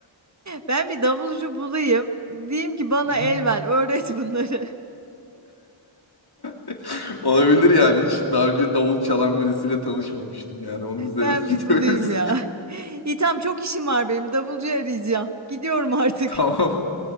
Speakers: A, on the right; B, on the left.
A: Ben bir davulcu bulayım. Diyeyim ki bana
B: <laughs>
A: el ver, öğret bunları. <laughs>
B: <laughs> Olabilir yani. Hiç daha önce davul çalan birisiyle tanışmamıştım yani. Onun üzerine
A: Ben
B: <laughs> gidebiliriz.
A: bir bulayım ya. İyi tamam çok işim var benim. Davulcu arayacağım. Gidiyorum artık.
B: Tamam.